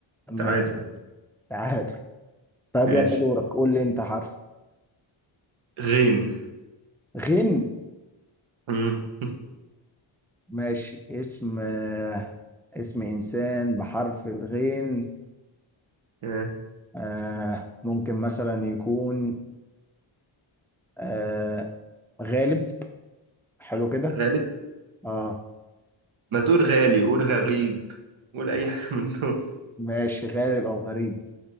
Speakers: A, in the centre; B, on the right.
A: ماشي
B: تعادل
A: تعادل طب
B: ماشي
A: يلا دورك قول لي أنت حرف
B: غين
A: غين
B: مم.
A: ماشي اسم آه، اسم إنسان بحرف الغين
B: <laughs> آه.
A: آه ممكن مثلا يكون آه غالب حلو كده
B: غالب
A: اه
B: ما تقول غالي قول غريب قول أي حاجة <laughs> من دول
A: ماشي غالب أو غريب